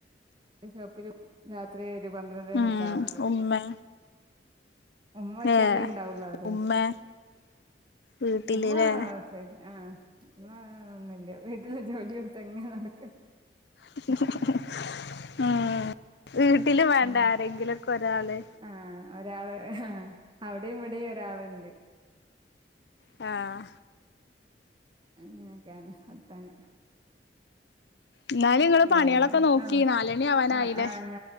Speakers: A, on the right (about 30°); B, on the left (about 70°).
A: ഷോപ്പിലും രാത്രി ഒരു പന്ത്രണ്ട മണിയക്ക
B: ഉം
A: ആവും വരുമ്പോ
B: ഉമ്മേ
A: ഉമ്മ ഒറ്റൊക്കെ
B: ഏഹ്
A: ഇണ്ടാവുള്ള അവിടെ
B: ഉമ്മേ വീട്ടില്
A: ഉമ്മ
B: ല്ലേ
A: ആസായി ആഹ ആ ഒന്നില്ല വീട്ടില് ജോലി എടുത്ത് എങ്ങനെ നടക്ക
B: <unintelligible> ഉം വീട്ടിലും വേണ്ടെ
A: അങ്ങനെ
B: ആരെങ്കിലുമൊക്കെ ഒരാള്
A: ആഹ് ഒരാള് ആ അവിടെയും ഇവിടെയും ഒരാളുണ്ട്
B: ആഹ
A: അങ്ങനെയൊക്കെയാണ് വർത്താനം
B: എന്നാലും ഇങ്ങള്
A: വേറെ
B: പണികളൊക്കെ നോക്കി
A: ആഹ
B: നാലണി ആവാനായില്ലേ
A: ആഹ ആഹ ഞ